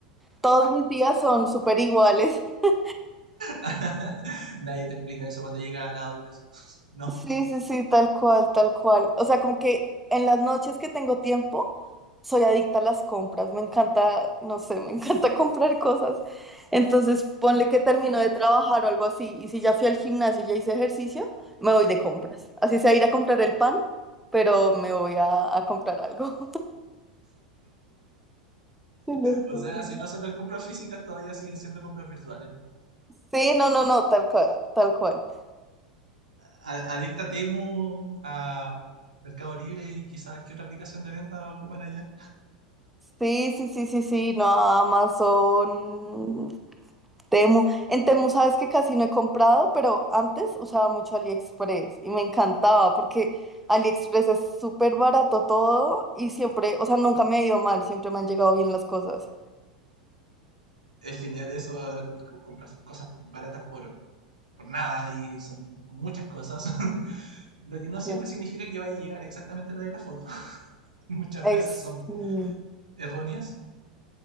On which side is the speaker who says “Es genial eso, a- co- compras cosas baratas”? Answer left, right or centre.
Right